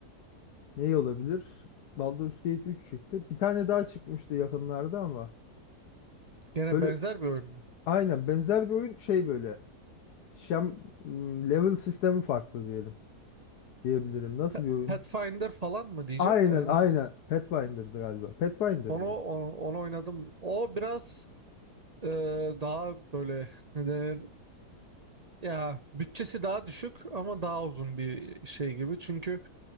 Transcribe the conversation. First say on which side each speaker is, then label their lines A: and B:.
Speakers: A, on the left; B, on the right.
A: Ne olabilir? Baldur's Gate 3 çıktı. Bir tane daha çıkmıştı yakınlarda ama
B: Gene
A: böyle
B: benzer bir oyun.
A: aynen benzer bir oyun şey böyle şem, m, level sistemi farklı diyelim diyebilirim. Nasıl
B: Pa-
A: bir oyun?
B: Pathfinder falan mı diyeceğim
A: Aynen
B: de yani.
A: aynen. Pathfinder'dı galiba. Pathfinder
B: Onu,
A: mıydı?
B: onu, onu oynadım. O biraz e, daha böyle ne denir ya bütçesi daha düşük ama daha uzun bir şey gibi. Çünkü